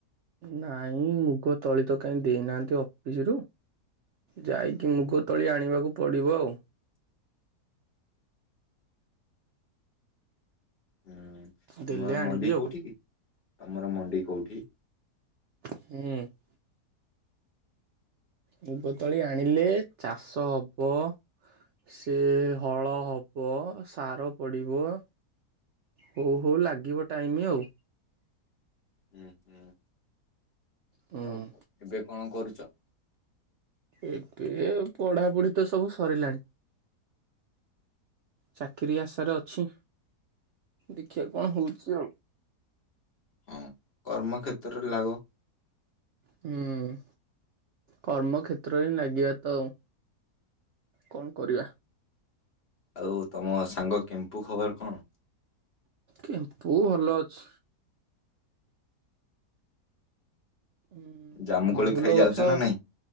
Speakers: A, on the right; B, on the left.
A: ନାଇଁ ମୁଗ ତଳି ତ କାଇ ଦେଇନାହାନ୍ତି ଅଫିସିରୁୁ? ଯାଇକି ମୁଗ ତଳି ଆଣିବାକୁ ପଡ଼ିବ ଆଉ।
B: ହୁଁ ତମର
A: ଦେଲେ ଆଣିବି
B: ମଣ୍ଡି
A: ଆଉ।
B: କୋଉଠି କି ତମର ମଣ୍ଡି କୋଉଠି?
A: ହୁଁ। ମୁଗତଳି ଆଣିଲେ ଚାଷ ହବ ସେ ହଳ ହବ ସାର ପଡ଼ିବ ହଉ ହଉ ଲାଗିବ ଟାଇମ ଆଉ।
B: ହୁଁ ହୁଁ
A: ହୁଁ
B: ଆଉ ଏବେ କଣ କରୁଛ?
A: ଏବେ ପଢାପଢି ତ ସବୁ ସରିଲାଣି। ଚାକିରି ଆଶାରେ ଅଛି। ଦେଖିଆ କଣ ହେଉଚି ଆଉ।
B: ହଁ କର୍ମକ୍ଷତ୍ରରେ ଲାଗ।
A: ହୁଁ, କର୍ମକ୍ଷତ୍ର ରେ ଲାଗିବା ତ ଆଉ। କଣ କରିବା।
B: ଆଉ ତମ ସାଙ୍ଗ କେମ୍ପୁ ଖବର କଣ?
A: କେମ୍ପୁ ଭଲ ଅଛି। ହୁଁ
B: ଜାମୁକୋଳି
A: ମହୁଲ
B: ଖାଇ ଯାଉଛ
A: ଗଛ
B: ନା ନାଇଁ